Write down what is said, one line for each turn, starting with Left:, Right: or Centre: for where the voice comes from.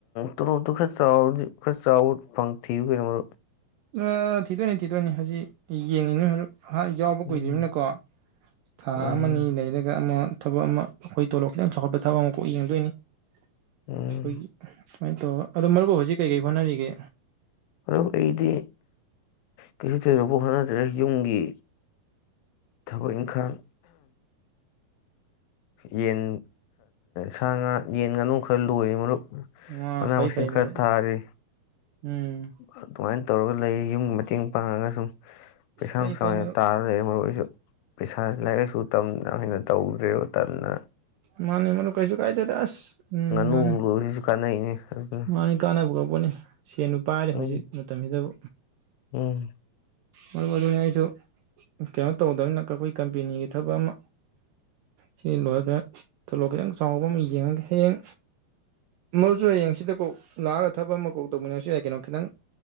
Left: ꯇꯣꯂꯗꯨ ꯈ ꯆꯥꯎꯥꯎꯗꯤ ꯆꯥꯎꯥꯎ ꯐꯪ ꯊ ꯐꯔ ꯃꯣ
Right: ꯑ ꯊꯤꯊꯣ ꯅ ꯊꯤꯊꯣ ꯅꯅꯤ ꯍꯥꯖꯤ ꯌꯦꯡꯉꯤꯅꯦ ꯍꯥꯏꯜꯂꯛ ꯌꯥꯎꯕ ꯀꯨꯏꯗ꯭ꯃꯤꯅꯀꯣ
Left: ꯎꯝ
Right: ꯊꯥ
Left: ꯎꯝ
Right: ꯑꯃꯅꯤ ꯂꯩꯔꯒ ꯑꯃ ꯊꯕꯛ ꯑꯃ ꯑꯩꯈꯣꯏ ꯇꯣꯂꯣꯞ ꯈꯤꯇꯪ ꯆꯥꯎꯈꯠꯄ ꯊꯕꯛ ꯑꯃ ꯀꯣꯛ ꯌꯦꯡꯗꯣꯏꯅꯤ ꯑꯩꯣꯏ
Left: ꯎꯝ
Right: ꯁꯨꯃꯥꯏꯅ ꯇꯧꯔ ꯑꯗꯣ ꯃꯔꯨ ꯍꯧꯖꯤꯛ ꯀꯩꯀꯩ ꯍꯣꯠꯅꯔꯤꯒꯦ
Left: ꯑꯗꯣ ꯑꯩꯗꯤ ꯀꯩꯁꯨ ꯊꯣꯏꯗꯣꯛꯄ ꯍꯣꯠꯅꯗ꯭ꯔꯦ ꯌꯨꯝꯒꯤ ꯊꯥꯕꯛ ꯏꯡꯈꯥꯡ ꯌꯦꯟ ꯁꯥ ꯉꯥ ꯌꯦꯟ ꯉꯥꯅꯨ ꯈꯔ ꯂꯣꯏꯔꯤ ꯃꯔꯨꯞ
Right: ꯋꯥ
Left: ꯃꯅꯥ
Right: ꯐꯩ
Left: ꯃꯁꯤꯡ
Right: ꯐꯩ ꯃꯔꯨꯞ
Left: ꯈꯔ ꯊꯥꯔꯤ
Right: ꯎꯝ
Left: ꯑꯗꯨꯃꯥꯏꯅ ꯇꯧꯔꯒ ꯂꯩ ꯌꯨꯝꯒꯤ ꯃꯇꯦꯡ ꯄꯥꯡꯉꯒ ꯁꯨꯝ ꯄꯩꯁꯥꯡ
Right: ꯐꯩ
Left: ꯁꯅ
Right: ꯐꯩ ꯃꯔꯨꯞ
Left: ꯇꯥꯔ ꯂꯩꯔꯦ ꯃꯔꯣꯏ ꯑꯣꯏꯁꯨ ꯄꯩꯁꯥꯁꯤ ꯂꯥꯏꯔꯤꯛ ꯂꯥꯏꯁꯨ ꯇꯝꯅ ꯇꯧꯗ꯭ꯔꯦꯣ ꯇꯅ
Right: ꯃꯥꯅꯤ ꯃꯅ ꯀꯩꯁꯨ ꯀꯥꯏꯗ ꯇꯁ ꯎꯝ
Left: ꯉꯥꯅꯨꯒꯨꯝꯕ
Right: ꯃꯥꯅꯤ
Left: ꯂꯣꯏꯕꯁꯤꯁꯨ ꯀꯥꯟꯅꯩꯅꯦ ꯑꯗꯨꯅ
Right: ꯃꯥꯅꯤ ꯀꯥꯅꯕꯨ ꯀ ꯄꯨꯅꯤ ꯁꯦꯟ ꯅꯨꯄꯥꯗꯤ ꯍꯧꯖꯤꯛ
Left: ꯎꯝ
Right: ꯃꯇꯝꯁꯤꯗ ꯎ
Left: ꯎꯝ
Right: ꯃꯔꯝ ꯑꯗꯨꯅ ꯑꯩꯁꯨ ꯀꯩꯅꯣ ꯇꯧꯗꯕꯅꯤꯅ ꯑꯩꯈꯣꯏ ꯀꯝꯄꯦꯅꯤꯒꯤ ꯊꯕꯛ ꯑꯃ ꯁꯤ ꯂꯣꯏꯔ ꯊꯂꯛꯑ ꯈꯤꯇꯪ ꯆꯥꯎꯕ ꯑꯃ ꯌꯦꯡꯉꯒꯦ ꯍꯌꯦꯡ ꯃꯔꯨꯁꯨ ꯍꯌꯦꯡ ꯁꯤꯗ ꯀꯣꯛ ꯂꯥꯛꯑꯒ ꯊꯕꯛ ꯑꯃ ꯀꯧ ꯇꯧꯃꯤꯟꯅꯁꯨ ꯌꯥꯏ ꯀꯩꯅꯣ ꯈꯤꯇꯪ